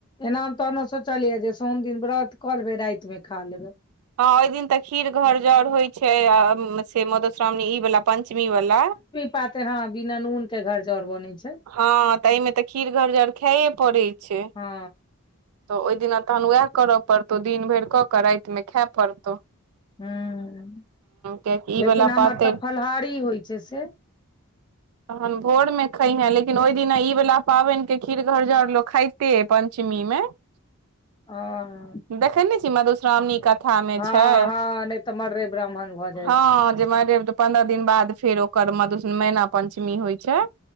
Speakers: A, on the left; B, on the right.
A: ऐना तहनो सोचलयै, जे सोम दिन व्रत कऽ लेबै रातिमे खा लेबै।
B: हां ओहि दिन तऽ खीर घर जर होइ छैय से मधुश्रावणी ई वला पञ्चमी वला
A: पातैर हां बिना नून के घर जर बनै छैय।
B: हां तऽ एहिमे तऽ खीर घर जर खाइये पड़ै छैय।
A: हँ
B: तऽ ओहि दिना तहन वएह करय पड़तौ दिन भरि कऽ कऽ रातिमे खए पड़त हुं।
A: हां
B: कियाकि ई
A: लेकिन
B: वाला
A: हमर
B: पातरि
A: तऽ फलहारी होइ छैय, से
B: तहन भोर मे खैहिए लेकिन ओहि दिना इ बला पाबिन के खीर घोरजाउर लोक खाइते ये पंचमी मे हां <inaudible>
A: हां हां।
B: दे्खैय नैय छैय, मधुश्रावणी कथा मे
A: हँ
B: छैय
A: हँ नहि तऽ मर्रे ब्राह्मण भऽ जाइ
B: हां।
A: छै
B: जे मरे त <unintelligible> पन्द्रह दिन बाद फेर ओकर मधु मेना पंचमी होइ छैय